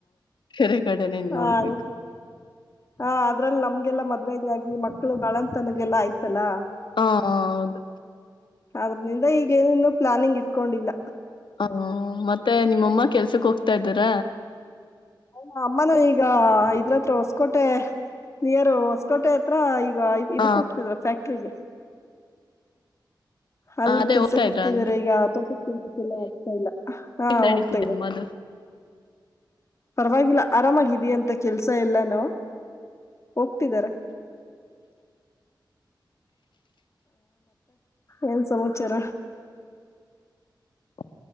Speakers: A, on the left (about 75°); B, on the left (about 35°).
A: ಕೆರೆ ಕಡೆನೆ
B: ಹದು
A: ನೋಡ್ಬೇಕು
B: ಹ ಅದ್ರಲ್ಲಿ ನಮ್ಗೆಲ್ಲ ಮತ್ತ ಹಾಗಿ ಮಕ್ಕಳು ಬಾಳಂತನಗೆಲ್ಲ ಆಯ್ತಲ್ಲಾ
A: ಹೌದು
B: ಅದ್ರನಿಂದ ಈಗೇನ ಇನ್ನೂ ಪ್ಲಾನಿಂಗ್ ಇಟ್ಕೊಂಡಿಲ್ಲ
A: ಹ್ಮ ಮತ್ತೆ ನಿಮ್ಮಮ್ಮ ಕೆಲ್ಸಕ್ ಹೋಗ್ತಾ ಇದ್ದೀಾರ
B: ಹ ಅಮ್ಮನೂ ಈಗ ಇದ್ರತ್ರ ಹೊಸ್ಕೋಟೆ ನಿಯರ್ ಹೊಸ್ಕೋಟೆ ಹತ್ರ ಈಗ ಈಗ
A: ಹ
B: ಇದಕ್ ಹೋಗ್ತಿದ್ರಾ ಫ್ಯಾಕ್ಟ್ರಿಗೆ ಅಲ್ಲಿ
A: ಅದೇ
B: ಕೆಲ್ಸಕ್ ಹೋಗ್ತಾ
A: ಇದ್ರ
B: ಇದಿದಾರೆ
A: ಅಂತ
B: ಈಗ ಆ ತೋಟದ ಕೆಲ್ಸಕ್ಕೆ ಎಲ್ಲ ಹೋಗ್ತಾ ಇಲ್ಲ ಹಾ
A: ಹೇಗ್ ನಡೀತಿದೆ
B: ಹೋಗ್ತಾದೆ
A: ಅಮ್ಮದು
B: ಪರವಾಗಿಲ್ಲ ಆರಾಮಿದ ಅಂತ ಕೆಲ್ಸ ಸ ಇಲ್ಲನೋ ಹೋಗ್ತಿದಾರ ಏನ್ ಸಮಸ ಚರ
A: ಹ